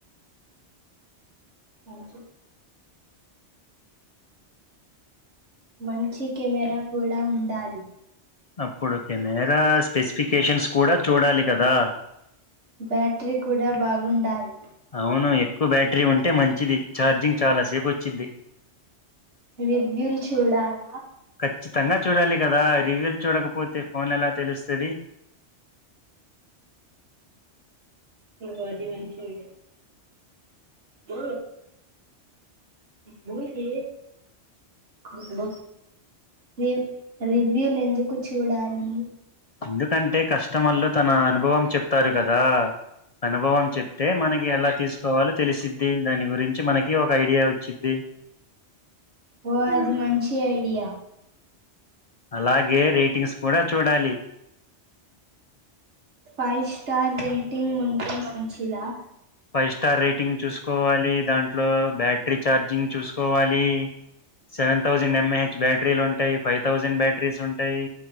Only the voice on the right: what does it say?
మ చె మంచి కెమెరా కూడా ఉండాలి
బ్యాటరీ కూడా బాగుండాలి
రివ్యూలు చూడాలా
ఇ అది మనుషడి బ బల్కి <unintelligible> ర రివ్యూలు ఎందుకు చూడాలి
ఓ అది మంచి ఐడియా
ఫైవ్ స్టార్ రేటింగ్ ఉంటే మంచిదా